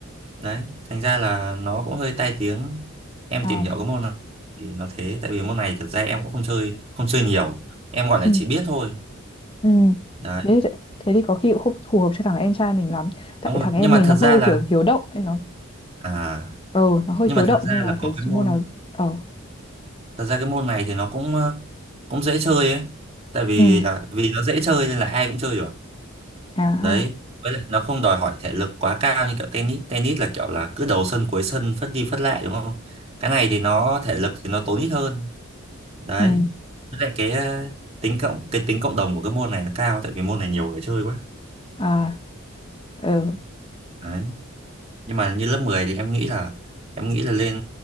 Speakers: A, on the right (about 30°); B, on the left (about 25°).
A: đấy thành ra là nó cũng hơi tai tiếng em
B: À,
A: tìm hiểu cái môn này thì nó thế tại vì môn này thực ra em cũng không chơi không chơi nhiều em gọi là
B: ừ,
A: chỉ biết thôi
B: ừ.
A: đấy
B: Thế, thì- thế thì có khi cũng không phù hợp cho thằng em trai mình lắm Tại
A: đúng rồi
B: thằng em
A: nhưng mà
B: mình
A: thật
B: nó hơi
A: ra là
B: kiểu hiếu động nên nó
A: à
B: ờ nó hơi
A: nhưng
B: hiếu
A: mà
B: động
A: thật ra
B: nên là
A: là có
B: phải
A: cái
B: mua
A: môn
B: nào ờ
A: thật ra cái môn này thì nó cũng ờ, cũng dễ chơi ấy tại vì
B: ừ
A: là vì nó dễ chơi nên là ai cũng chơi được
B: à
A: đấy
B: ha
A: với lại nó không đòi hỏi thể lực quá cao như kiểu tennis tennis là kiểu là cứ đầu sân cuối sân phất đi phất lại đúng không cái này thì nó thể lực thì nó tốn ít hơn đấy
B: ừ
A: với lại cái ờ, tính cộng cái tính cộng đồng của cái môn này nó cao tại vì môn này nhiều người chơi quá
B: à ờ
A: đấy nhưng mà như lớp 10 thì em nghĩ là em nghĩ là lên